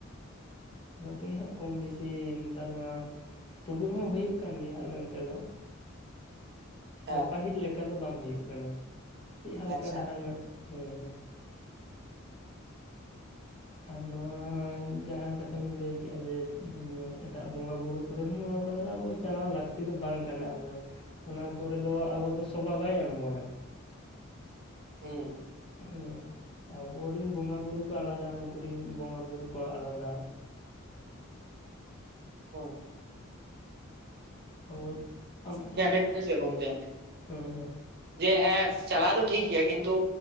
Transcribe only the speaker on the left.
ᱚᱱᱟ ᱛᱮᱜᱮ ᱦᱟᱸᱜ ᱠᱚᱢ ᱵᱮᱥᱤ ᱱᱮᱛᱟᱨ ᱢᱟ᱾ ᱛᱩᱵᱩ ᱨᱚᱦᱚᱸ ᱦᱩᱭᱩᱜ ᱠᱟᱱ ᱜᱮᱭᱟ ᱟᱞᱮ ᱱᱚᱛᱮ ᱫᱚ᱾
ᱟᱫᱚ ᱯᱟᱹᱦᱤᱞ ᱞᱮᱠᱟ ᱫᱚ ᱵᱟᱝ ᱦᱩᱭᱩᱜ ᱠᱟᱱᱟ ᱠᱟᱹᱡ ᱦᱟᱞᱠᱟ
ᱫᱷᱟᱨᱟ ᱧᱚᱜ ᱦᱮᱸ ᱦᱮᱸ ᱟᱨ ᱱᱚᱣᱟ ᱡᱟᱦᱟᱸ ᱠᱟᱛᱷᱟ ᱵᱤᱱ ᱞᱟᱹᱭ ᱠᱮᱜᱼᱟ ᱡᱮ ᱮᱴᱟᱜ ᱵᱚᱸᱜᱟ ᱵᱩᱨᱩ ᱵᱟᱠᱤ ᱱᱚᱣᱟ ᱠᱚᱨᱮ ᱫᱚ ᱟᱵᱚ ᱪᱟᱞᱟᱣ ᱞᱟᱹᱠᱛᱤ ᱫᱚ ᱵᱟᱝ ᱠᱟᱱᱟ ᱟᱫᱚ ᱚᱱᱟ ᱠᱚᱨᱮ ᱫᱚ ᱟᱵᱚ ᱫᱚ ᱥᱚᱵᱷᱟ ᱵᱟᱭ ᱮᱢ ᱵᱚᱱᱟ᱾
ᱦᱩᱸ ᱟᱵᱚᱨᱤᱱ ᱵᱚᱸᱜᱟ ᱵᱩᱨᱩ ᱠᱚ ᱟᱞᱟᱫᱟ᱾ ᱩᱱᱠᱩ ᱨᱤᱱ ᱵᱚᱸᱜᱟ ᱵᱩᱨᱩ ᱠᱚ ᱟᱞᱟᱫᱟ᱾
ᱟᱵᱚ <unintelligible>
ᱦᱩᱸ ᱦᱩᱸ